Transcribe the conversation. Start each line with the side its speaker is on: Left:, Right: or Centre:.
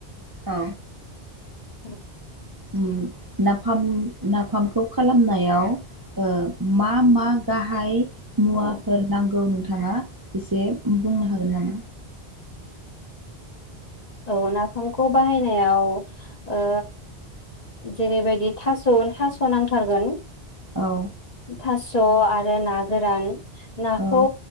Right: औ।
Left: औ।
Right: ओम नाफाम नाफामखौ खालामनायाव ओ मा मा गाहाय मुवाफोर
Left: औ
Right: नांगौ नों थाङा एसे बुंनो हागोन नामा?
Left: औ नाफामखौ बाहायनायाव ओ जेरैबायदि थास' थास' नांथारगोन।
Right: औ
Left: थास स' आरो ना गोरान। नाखौ
Right: औ